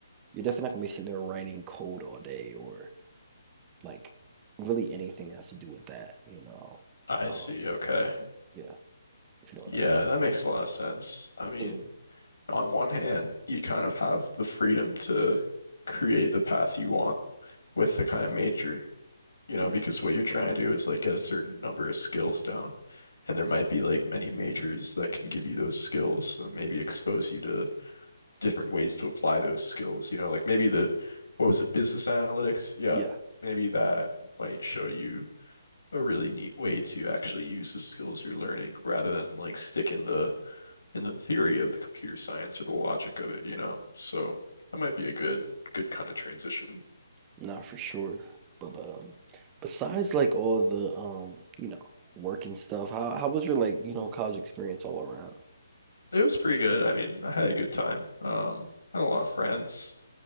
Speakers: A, on the right (about 20°); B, on the left (about 75°).
A: You're definitely not gonna be sitting there writing code all day or like really anything that has to do with that, you know?
B: I
A: Um,
B: see. Okay.
A: yeah, if you know what
B: Yeah,
A: I mean.
B: that makes a lot of sense. I mean,
A: Yeah,
B: on one hand, you kind of have the freedom to create the path you want with the kind of major. you know,
A: yeah,
B: because what you're trying to do is like get a certain number of skills down. And there might be like many majors that can give you those skills and maybe expose you to different ways to apply those skills. You know, like maybe the, what was it, business analytics? Yeah,
A: yeah,
B: maybe that might show you a really neat way to actually use the skills you're learning rather than like stick in the in the theory of the computer science or the logic of it, you know. So that might be a good good kind of transition.
A: not for sure. But um, besides like all the um, you know, work and stuff, how how was your like you know college experience all around?
B: It was pretty good. I mean, I had a good time. Um, had a lot of friends.